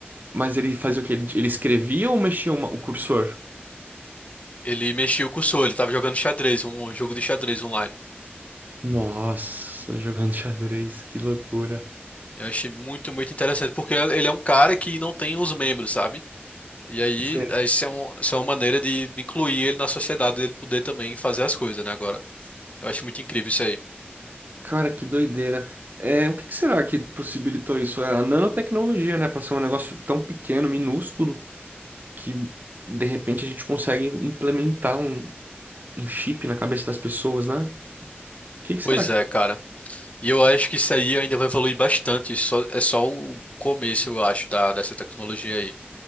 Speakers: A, on the right; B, on the left.
A: Mas ele fazia o quê? Ele, ele escrevia ou mexia uma- o cursor?
B: Ele mexia o cursor, ele estava jogando xadrez, um jogo de xadrez online.
A: Nossa, jogando xadrez, que loucura.
B: Eu achei muito, muito interessante, porque ele é um cara que não tem os membros, sabe? E aí,
A: Sim.
B: essa é, um, essa é uma maneira de incluir ele na sociedade, ele poder também fazer as coisas, né, agora. Eu acho muito incrível isso aí.
A: Cara, que doideira. É, o que que será que possibilitou isso? É a nanotecnologia, né? Pra ser um negócio tão pequeno, minúsculo. que de repente a gente consegue implementar um, um chip na cabeça das pessoas, né? O que que será?
B: Pois é,
A: que-
B: cara. E eu acho que isso aí ainda vai evoluir bastante. Isso só- é só o começo, eu acho, da, dessa tecnologia aí.